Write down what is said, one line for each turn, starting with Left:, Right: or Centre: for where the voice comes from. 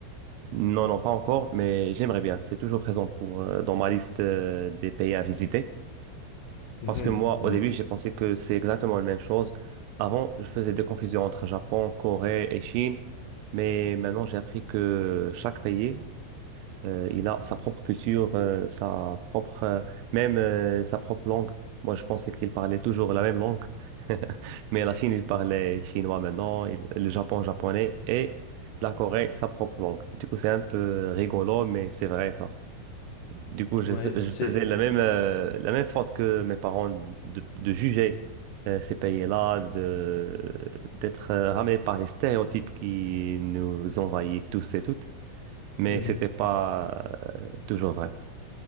Right: Non, non, pas encore, mais j'aimerais bien. C'est toujours présent pour, euh, dans ma liste, euh, des pays à visiter.
Left: Mhm,
Right: Parce que moi,
Left: Ouais.
Right: au début, j'ai pensé que c'est exactement la même chose. Avant, je faisais des confusions entre Japon, Corée et Chine. Mais maintenant, j'ai appris que chaque pays euh, il a sa propre culture, euh, sa propre, euh, même euh, sa propre langue. Moi, je pensais qu'il parlait toujours la même langue. <laughs> Mais la Chine, il parlait chinois maintenant, il- le Japon, japonais, et la Corée, sa propre langue. Du coup, c'est un peu rigolo, mais c'est vrai, ça. Du coup, je,
Left: Ouais,
Right: fais-
Left: c'est...
Right: je faisais la même, euh, la même faute que mes parents de, de juger euh, ces pays-là, de, d'être euh, ramenés par les stéréotypes qui nous envahissent tous et toutes mais
Left: Mhm.
Right: c'était pas euh, toujours vrai.